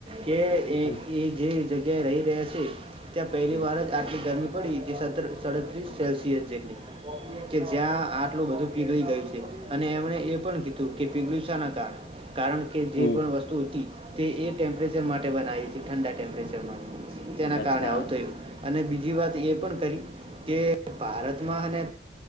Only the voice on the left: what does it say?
હમ
હમ
હમ.
અચ્છા